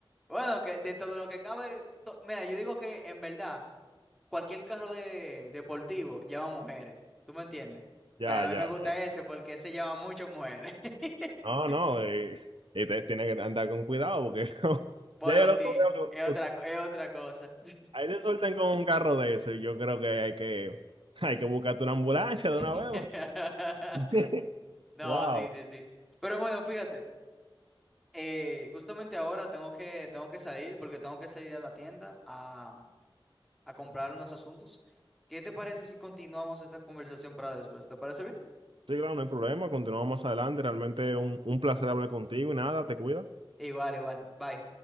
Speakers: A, in the centre; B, on the right.
A: bueno, que dentro de lo que cabe, to- mira, yo digo que en verdad, cualquier carro de, deportivo lleva mujeres, ¿tú me entiendes?
B: ya,
A: Pero a
B: ya,
A: mí me gusta
B: ya,
A: ese porque ese lleva muchas mujeres. <laughs>
B: no, no, eh, y ustedes tienen que andar con cuidado, porque <laughs>
A: Bueno,
B: ya yo lo
A: sí,
B: veo,
A: es otra, co- es otra cosa.
B: Ahí te sueltan con un carro de eso. Yo creo que hay que, hay que buscarte una ambulancia de una
A: <laughs>
B: vez. <laughs>
A: No,
B: Wow.
A: sí, sí, sí. Pero bueno, fíjate, eh, justamente ahora tengo que, tengo que salir porque tengo que salir a la tienda a, a comprar unos asuntos. ¿Qué te parece si continuamos esta conversación para después? ¿Te parece bien?
B: Sí, claro, no hay problema. Continuamos más adelante. Realmente un, un placer hablar contigo y nada, te cuida.
A: Igual, igual. Bye.